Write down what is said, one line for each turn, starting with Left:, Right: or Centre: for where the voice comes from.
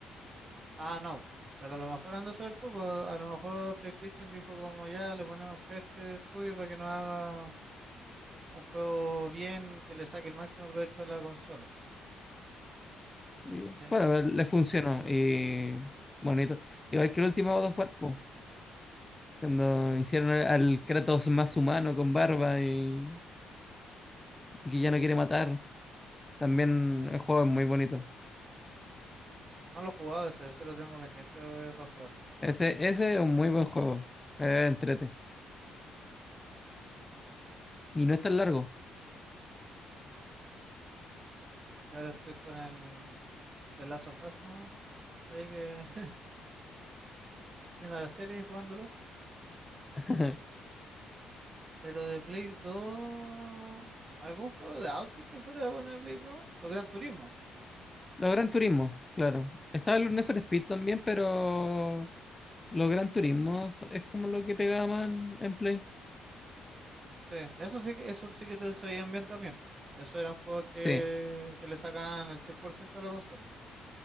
Right: Ah, no. Pero a lo mejor andas a ver tú, po. A lo mejor PlayStation dijo como ya, le ponemos fe a este estudio para que nos haga un juego bien, que le saque el máximo provecho a la consola,
Left: Y,
Right: ¿cachai?
Left: bueno, le funcionó. Y bonito. Igual que el último God of War, po, cuando hicieron al, al Kratos más humano con barba y, y que ya no quiere matar. También el juego es muy bonito.
Right: No lo he jugado ese, ese lo tengo pendiente eh, para jugarlo.
Left: Ese, ese es un muy buen juego. Eh, entrete. Y no es tan largo.
Right: Yo ahora estoy con el The Last of Us, ¿no? Ahí que <laughs> viendo la serie y jugándolo.
Left: <laughs>
Right: Pero de Play 2, ¿algún juego de auto que fuera bueno de Play 2? Los Gran Turismo.
Left: Los Gran Turismo, claro. Estaba el Need for Speed también, pero los Gran Turismos es como lo que pegaban en Play.
Right: Sí, eso sí que, eso sí que te sabían bien también. po. Eso eran juegos que,
Left: Sí,
Right: que le sacaban el 100% a la consola.